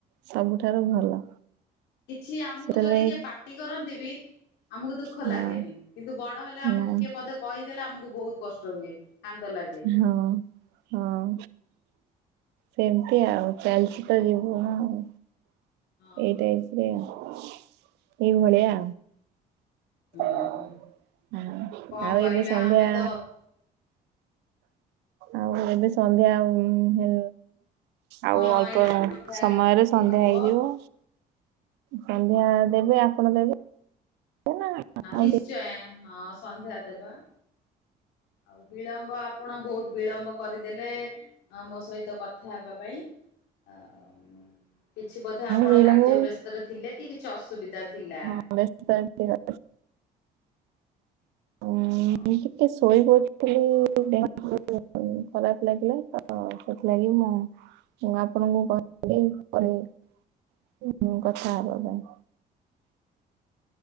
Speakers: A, on the right; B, on the left.
A: ସବୁଠାରୁ ଭଲ।
B: କିଛି ଆମକୁ
A: ସେଥିଲାଗି
B: ଯଦି କିଏ ପାଟି କରନ୍ତି ବି ଆମକୁ ଦୁଃଖ
A: ହଁ
B: ଲାଗେନି କିନ୍ତୁ ବଡ ହେଲେ ଆମକୁ
A: ନା
B: କିଏ ପଦେ କହିଦେଲେ ଆମକୁ ବହୁତ କଷ୍ଟ ହୁଏ। କାନ୍ଦ ଲାଗେ।
A: ହଁ ହଁ। ସେମିତି ଆଉ ଚାଲିଛି ତ ଜୀବନ ଆଉ
B: ହଁ।
A: ଏଇ ଟାଇପରେ ଏଇ ଭଳିଆ
B: ହଁ
A: ଆଉ ହଁ
B: କଣ
A: ଆଉ
B: କରିବା
A: ଏବେ ସନ୍ଧ୍ୟା
B: ଆମେ ତ
A: ଆଉ ଏବେ ସନ୍ଧ୍ୟା ହୁ ହେ
B: ହଁ
A: ଆଉ ଅଳ୍ପ
B: ଏଇନା ସନ୍ଧ୍ୟା
A: ସମୟରେ
B: ଆଳତି
A: ସନ୍ଧ୍ୟା
B: ହବ
A: ହେଇଯିବ। ସନ୍ଧ୍ୟା ଦେବେ ଆପଣ ଦେବେ ଆଉ
B: ହଁ ନିଶ୍ଚୟ ହଁ ସନ୍ଧ୍ୟା ଦେବା ଆଉ ବିଳମ୍ବ ଆପଣ ବହୁତ ବିଳମ୍ବ କରିଦେଲେ ଆ ମୋ ସହିତ କଥା ହେବା ପାଇଁ ଆ ମୋ କିଛି ବୋଧେ ଆପଣ
A: ବିଳମ୍ବ
B: କାର୍ଯ୍ୟ ବ୍ୟସ୍ତରେ ଥିଲେ କି କିଛି ଅସୁବିଧା ଥିଲା।
A: ହଁ ବ୍ୟସ୍ତରେ ଥିଲି ଅ ମୁଁ
B: ଓହୋ।
A: ଟିକେ ଶୋଇପଡ଼ିଥିଲି ଦେହ ଖରାପ ଲାଗିଲା ତ ସେଥିଲାଗି ମୁଁ ମୁଁ ଆପଣଙ୍କୁ <unintelligible> କଥା ହବା ପାଇଁ